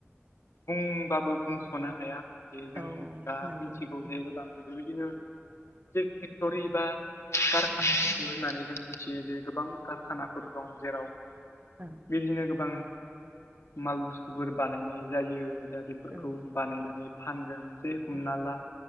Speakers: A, on the left (about 80°); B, on the right (about 40°).
A: बुंबाबो बुंस'नो हाया। जे जों
B: औ
A: दा
B: नंगौ
A: मिथिगौ
B: उम
A: जे गोबां बेबायदिनो बे फेक्ट'रि बा कारखानाफोरखौ होननानै जों मिथियो जे गोबां कारखानाफोर दं जेराव
B: औ।
A: बिदिनो गोबां माल बुस्थुफोर बानायनाय जायो बेफोरखौ
B: औ
A: बानायनानै फानगोन जे हमना
B: औ
A: ला